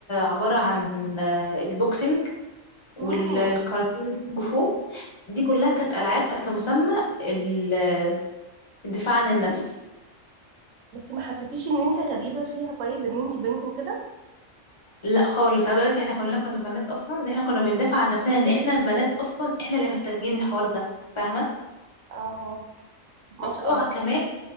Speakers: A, on the left; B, on the right.
A: عبارة عن البوكسنج والكاراتيه
B: مم.
A: والكونغ فو دي كلها كانت ألعاب تحت مسمى ال- الدفاع عن النفس
B: بس ما حسيتيش ان انت غريبة فيها طيب ان انت بنت وكده
A: لا خالص عايزة اقولك احنا كلنا كنا بنات اصلا ان احنا كنا بندافع عن نفسنا ان احنا البنات اصلا احنا اللي محتاجين الحوار ده فاهمة؟
B: اه ما شاء
A: الموضوع
B: الله
A: كمان